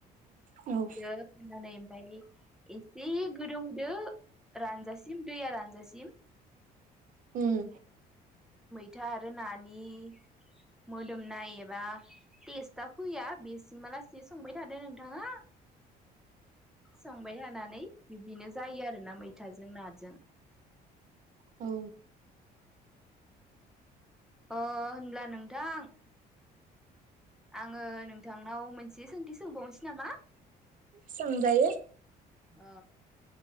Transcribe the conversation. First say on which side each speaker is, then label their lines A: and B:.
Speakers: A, on the right; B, in the centre.
A: औ
B: दो होनानै ओमफ्राय एसे गोदौहदो रानजासिम दैया रानजासिम
A: उम
B: फोथा आरो नानि मोन दोमनाय एबा टेस्टा फैया बेसिम आलासि संबाय थादो नोंथाङा संबाय थानानै बिबदिनो जायो आरोना मैथाजों नों
A: औ
B: अ होनब्ला नोंथां आङो नोंथांनाव मोनसे सोंथि सोंबावनोसै नामा
A: सोंजायो
B: ओ